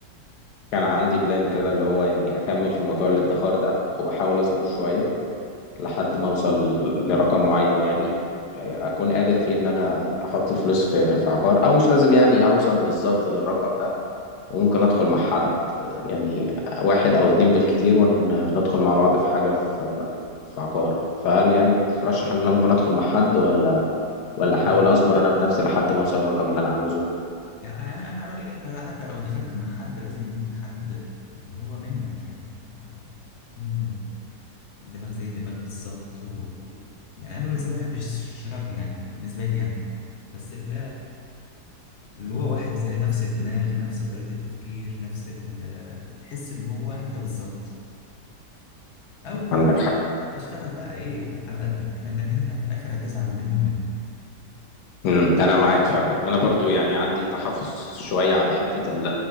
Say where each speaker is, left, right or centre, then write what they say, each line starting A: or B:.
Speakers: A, on the left; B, on the left.
A: كان عندي بلان كده اللي هو يعني أكمل في موضوع الادخار ده وأحاول أصبر شوية لحد ما أوصل ل- لرقم معين يعني أكون قادر فيه إن أنا أحط الفلوس في في عقار أو مش لازم يعني أوصل بالظبط للرقم ده وممكن أدخل مع حد يعني واحد أو اتنين بالكتير وندخل مع بعض في حاجة في في عقار فهل يعني ترشح إن أنا ممكن أدخل مع حد ولا ولا أحاول
B: هو
A: أصبر أنا بنفسي لحد ما أوصل للرقم اللي أنا عاوزه؟
B: يعني انا أنا رايي انت حتى لو دخلت مع حد لازم يكون حد اللي هو منك يعني ما تكون الدماغ زي الدماغ بالظبط و... و- يعني انا بالنسبه لي ما بحبش الشراكه يعني بالنسبه لي انا بس ال- اللي هو واحد زي نفس الدماغ نفس طريقه التفكير نفس ال... تحس اللي هو انت بالظبط او
A: عندك حق
B: تشتغل بقى ايه على قدك لانك انت في الاخر هتزعل منه ومنك
A: امم انا معاك فعلا انا برضو يعني عندي تحفظ شويه على حته ال...